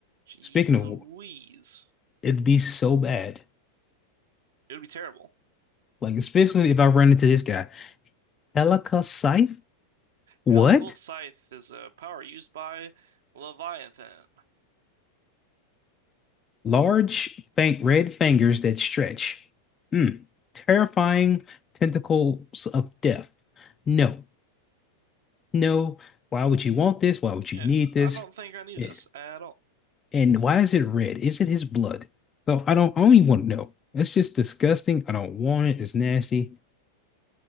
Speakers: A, on the right; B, on the left.
A: jeez
B: Speaking of,
A: Louise,
B: war, it'd be so bad.
A: it would be terrible.
B: Like, especially if I run into this guy. Helica Scythe? What?
A: Helical Scythe is a power used by Leviathan.
B: Large fang red fingers that stretch. Mm. Terrifying tentacles of death. No, no. Why would you want this? Why would
A: Yeah,
B: you need this?
A: I don't think I knew
B: Eh,
A: this at all.
B: And why is it red? Is it his blood? So I don't, I don't even want to know. That's just disgusting. I don't want it. It's nasty.